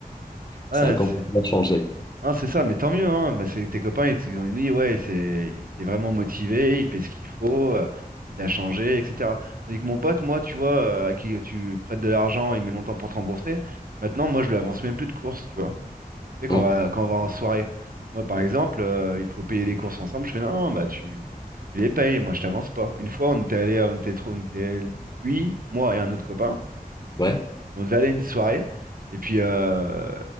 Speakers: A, on the right; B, on the left.
A: Ouais,
B: Ça a complètement
A: c'est.
B: changé.
A: Non, c'est ça, mais tant mieux, hein. Bah, c'est- tes copains, ils, t- ils ont dit, ouais, c'est, il s'est vraiment motivé, il fait ce qu'il faut, euh, il a changé, etc. Tandis que mon pote, moi, tu vois, euh, à qui tu prêtes de l'argent, il met longtemps pour te rembourser. Maintenant, moi, je lui avance même plus de courses, tu vois. Tu sais, quand
B: Mm.
A: on va, quand on va en soirée, moi, par exemple, euh, il faut payer les courses ensemble. Je fais, non, non, bah, tu, tu les payes, moi, je t'avance pas. Une fois, on était allé, à- on était trop, on était, lui, moi et un autre copain.
B: Ouais.
A: On devait aller à une soirée, et puis euh,